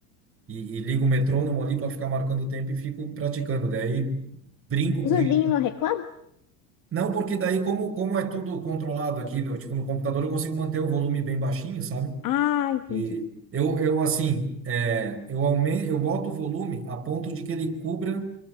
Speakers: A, on the right; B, on the left.
A: E, e ligo o metrônomo ali para ficar marcando o tempo e fico praticando. Daí brinco
B: Os
A: com
B: vizinhos
A: isso.
B: não reclamam?
A: Não, porque daí, como, como é tudo controlado aqui, no, tipo, no computador, eu consigo manter o volume bem baixinho, sabe?
B: Ah, entendi.
A: E eu, eu assim, é, eu aumento, eu boto o volume a ponto de que ele cubra